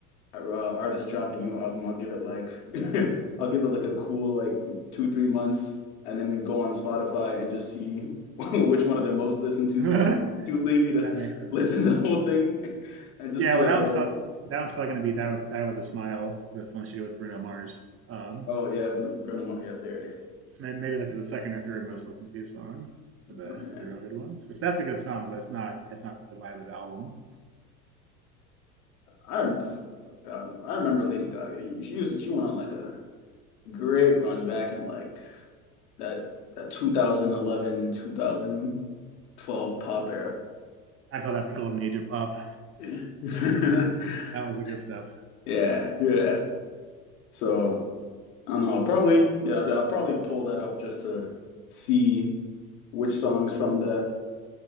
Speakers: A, on the left; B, on the right.
A: uh, artist drop a new album, I'll give it like <laughs> I'll give it like a cool like two, three months and then go on Spotify and just see <laughs> which one of the most listened
B: <laughs>
A: to
B: that
A: songs. Too lazy to
B: makes
A: <laughs>
B: sense.
A: listen to the whole thing <laughs> and just
B: Yeah,
A: play
B: well,
A: it
B: that one's
A: all.
B: prob- that one's probably going to be die with die with a smile. That's the one she did with Bruno Mars. Um,
A: Oh yeah, Br Bruno Mars. Yep, there it is.
B: so may- maybe like the second or third most listened to song for the
A: Okay.
B: for the real good ones. Which that's a good song, but it's not it's not the vibe of the album.
A: I rem- uh, I remember Lady Gaga. She was she went on like a great run back in like that that two thousand eleven two thousand twelve pop
B: I call that the golden age of pop.
A: era. Yeah.
B: <laughs> that
A: <laughs>
B: was the good stuff.
A: Yeah, yeah. So I don't know. I'll probably yeah, I'll probably pull that up just to see which songs from that